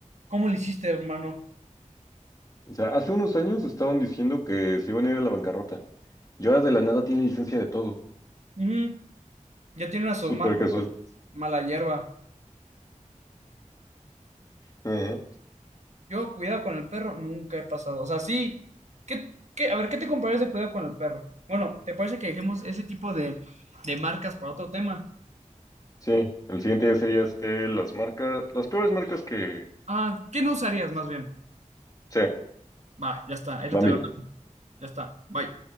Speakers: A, on the right; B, on the left.
A: ¿Cómo le hiciste, hermano?
B: O sea, hace unos años estaban diciendo que se iban a ir a la bancarrota. Y ahora de la nada tiene licencia de todo.
A: Ujú, Ya tiene una submarca,
B: Súper casual.
A: pues, mala hierba.
B: Ajá.
A: Yo, cuidado con el perro, nunca he pasado. O sea, sí. ¿Qué, qué- a ver, ¿qué te comparas de cuidado con el perro? Bueno, ¿te parece que dejemos ese tipo de, de marcas para otro tema?
B: Sí, el siguiente ya sería este, las marcas, las peores marcas que...
A: Ah, ¿qué no usarías más bien?
B: Sí,
A: Va, ya está, ahí lo
B: mami.
A: te veo, ya está, bye.